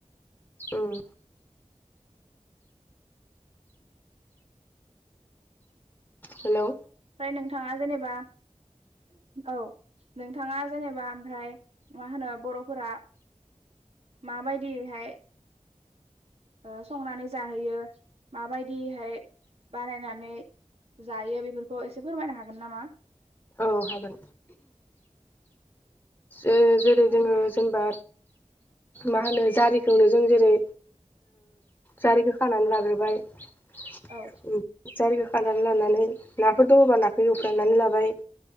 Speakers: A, on the left; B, on the right.
A: ओम। हेलौ।
B: फ्राय नोंथाङा जेनेबा औ नोंथाङा। जेनेबा आमफ्राय मा होनो बर'। फोरा माबायदिहाय। ओ संनानै जाहोयो माबायदिहाय बानायनानै जायो बेफोरखौ एसे फोरमायनो हागोन नामा?
A: औ हागोन। ओ जेरै जोङो जेनेबा मा होनो जारिखौनो जों जेरै। जारिखो। खानानै लाग्रोबाय। ओ
B: औ
A: जारि नानै लानानै नाफोर दङबा नाखौ एवफ्रामनानै लाबाय।